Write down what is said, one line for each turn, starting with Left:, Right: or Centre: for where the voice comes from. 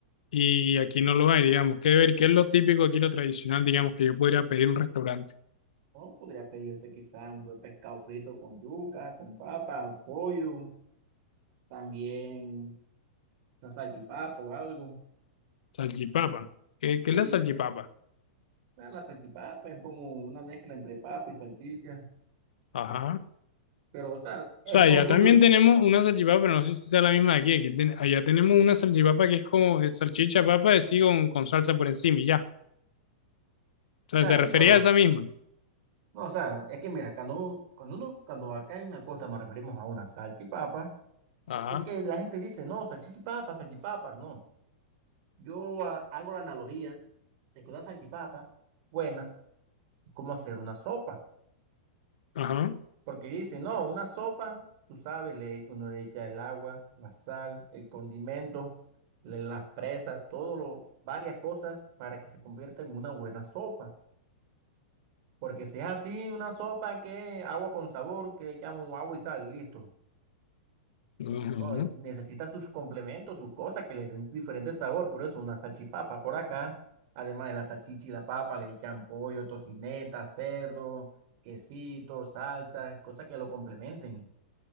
Left: y aquí no lo hay, digamos. ¿Qué ver? ¿Qué es lo típico aquí, lo tradicional, digamos, que yo podría pedir en un restaurante?
Right: ¿no? podría pedirte quizás un buen pescado frito con yuca, con papa, pollo, también una salchipapa o algo.
Left: Salchipapa.
Right: O sea,
Left: ¿Qué, qué
Right: sí,
Left: es la salchipapa?
Right: o sea, la salchipapa es como una mezcla entre papa y salchicha.
Left: Ajá.
Right: Pero, o sea, es
Left: O sea, allá
Right: confuso.
Left: también
Right: O
Left: tenemos una salchipapa, pero no sé si sea la misma de aquí. Aquí ten- allá tenemos una salchipapa que es como eh, salchicha papa de sí con, con salsa por encima y ya. O sea,
Right: sea,
Left: te
Right: sí,
Left: refería
Right: pero.
Left: a esa misma.
Right: No, o sea, es que mira, cuando, cuando uno, cuando acá en la costa nos referimos a una salchipapa.
Left: Ajá.
Right: Es que la gente dice, no, salchichipapas, salchipapas, no. Yo ha- hago la analogía de que una salchipapa buena es como hacer una sopa.
Left: Ajá,
Right: Porque dice, no, una sopa, tú sabes, le, uno le echa el agua, la sal, el condimento, le- las presas, todo lo, varias cosas para que se convierta en una buena sopa. Porque si es así, una sopa que agua con sabor, que le llaman agua y sal, listo.
Left: ajá,
Right: No, y necesita sus complementos, sus cosas que le den diferente sabor, por eso una salchipapa por acá, además de la salchicha y la papa, le echan pollo, tocineta, cerdo, quesito, salsa, cosas que lo complementen.